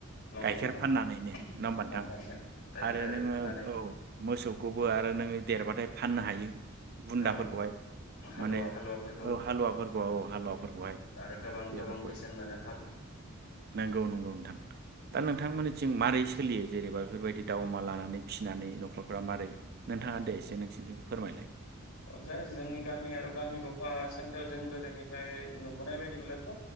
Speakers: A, on the left; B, on the right.
A: नंगौ
B: गाइखेर
A: नंगौ
B: फाननानैनो
A: नोंथां
B: नङा होमबा नोंथां
A: औ गाइखेर गाइखेर
B: आरो
A: आरि
B: नोङो
A: फाननानै
B: औ मोसौखौबो आरो नोङो देरबा थाय फाननो हायो। बुन्दाफोर
A: नंगौ
B: खौहाय
A: हालुवा
B: माने
A: हालुवाफोरखौ
B: औ हालुवाफोरखौ औ हालुवाफोरखौहाय
A: आरो गोबां
B: बेफोरखौहाय
A: गोबां बेसेन मोनो
B: नोंगौ नंगौ नोंथां दा नोंथांमोननिथिं मारै सोलियो जेनेबा बेफोरबायदि दाउ अमा लानानै फिसिनानै न'खरफ्रा मारै नोंथाङा
A: हालुवाखौ
B: दे एसे नोंसिनिथिंखौ फोरमायलाय।
A: जे जोंनि गामि आरो गामि गफा सोंथार जों गोदोनिफ्राय नुबोनाय बायदिबोलाथ'